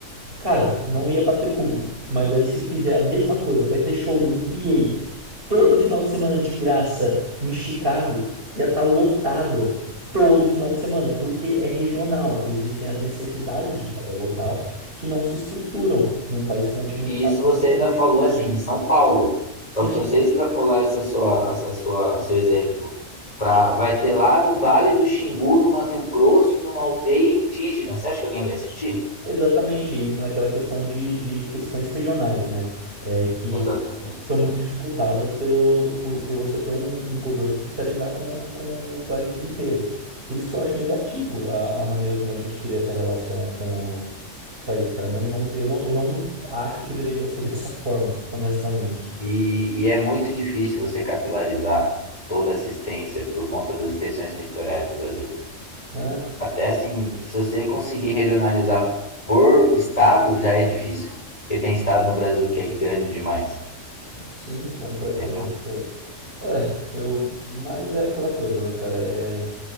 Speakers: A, on the right (about 45°); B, on the left (about 30°).
A: Cara, não ia bater público. Mas aí se fizer a mesma coisa, vai ter show da NBA todo final de semana de graça em Chicago, ia estar lotado todo final de semana, porque é regional. Existem as necessidades de cada local que não se estruturam num país continental
B: E isso você
A: com tanta
B: ainda
A: facilidade.
B: falou assim, em São Paulo.
A: Sim.
B: Só que se você extrapolar essa sua, essa sua, seu exemplo, pra, vai ter lá no Vale do Xingu, no Mato Grosso, numa aldeia indígena. Você acha que alguém vai assistir?
A: Exatamente, entra naquela questão de, de questões regionais, né? É, que
B: Exatamente.
A: são muito dificultadas pelo, por, por você ter um, um governo que precisa lidar com, com o país inteiro. Por isso que eu acho negativo a, a maneira como a gente cria essa relação com o país, cara. Não, não, eu, não, eu não acho que deveria ser <laughs> dessa forma, honestamente.
B: E, e é muito difícil você capilarizar toda a assistência por conta das extensões territoriais no Brasil.
A: né?
B: Até assim, se você conseguir regionalizar por estado, já é difícil. Porque tem estado no Brasil que é grande demais,
A: sim, completamente,
B: entendeu?
A: cara. É, eu, mas é aquela coisa, né, cara? É